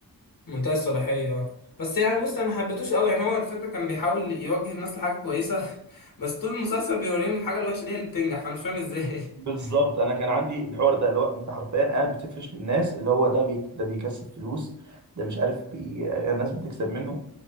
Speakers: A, on the left; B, on the right.
A: منتهي الصلاحيه اه بس يعني بص انا ما حبيتوش قوي يعني هو الفكره كان بيحاول يوجه الناس لحاجه كويسه <laughs> بس طول المسلسل بيوريهم الحاجه الوحشه دي هي اللي بتنجح فانا مش فاهم ازاي
B: بالظبط
A: <laughs>
B: انا كان عندي الحوار ده اللي هو انت حرفيا قاعد بتفرش للناس اللي هو ده بي... ده بيكسب فلوس ده مش عارف بي... الناس بتكسب منه